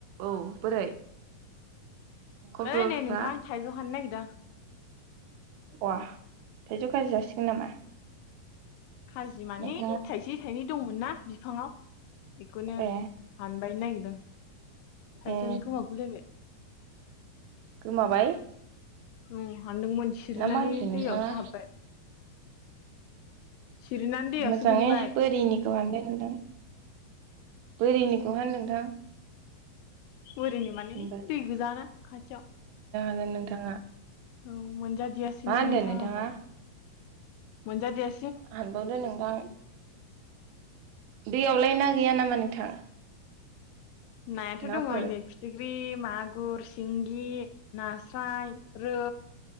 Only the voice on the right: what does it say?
औ बोरै <inaudible> खबरफ्रा?
अ थाइजौ खाजि जासिगोन नामा?
नोंथाङा
ए
ए
गोमाबाय
ना मा होनखो नोंथाङा
मोजाङै
बोरिनिखौ हाननाय नुदों बोरिनिखौ हान नोंथां
होनबा
गोन नोंथाङा
मा होनदों
नोंथाङा?
हानबावदो नोंथां दैयावलाय ना गैया नामा नोंथां
नाफोर